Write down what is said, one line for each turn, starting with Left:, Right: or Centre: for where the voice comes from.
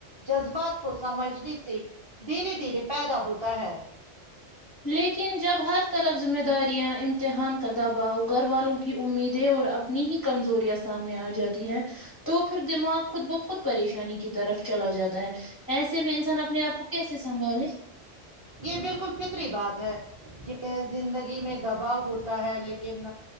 Right: جذبات کو سمجھنے سے دھیرے دھیرے پیدا ہوتا ہے
Left: لیکن جب ہر طرف ذمہ داریاں امتحان کا دباؤ گھر والوں کی امیدیں اور اپنی ہی کمزوریاں سامنے آ جاتی ہے تو پھر دماغ خود بخود پریشانی کی طرف چلا جاتا ہے ایسے میں انسان اپنے آپ کو کیسے سنبھالے
Right: یہ بالکل فطری بات ہے کہ زندگی میں دباؤ ہوتا ہے لیکن